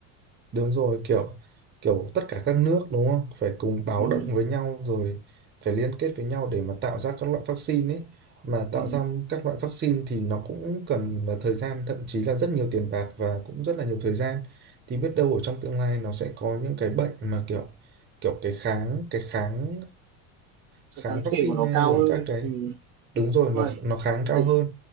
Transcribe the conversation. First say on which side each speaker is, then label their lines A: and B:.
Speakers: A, on the right; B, on the right.
A: đúng rồi kiểu kiểu tất cả các nước đúng không phải cùng báo
B: ừ,
A: động với nhau rồi phải liên kết với nhau để mà tạo ra các loại vaccine ấy mà
B: ừ.
A: tạo ra các loại vaccine thì nó cũng cần là thời gian thậm chí là rất nhiều tiền bạc và cũng rất là nhiều thời gian thì biết đâu ở trong tương lai nó sẽ có những cái bệnh mà kiểu kiểu cái kháng cái kháng kháng
B: cái kháng
A: vaccine
B: thể của nó
A: hay
B: cao
A: là
B: hơn
A: các cái
B: ừ.
A: Đúng rồi, nó
B: Đúng rồi.
A: nó kháng cao
B: Cái-
A: hơn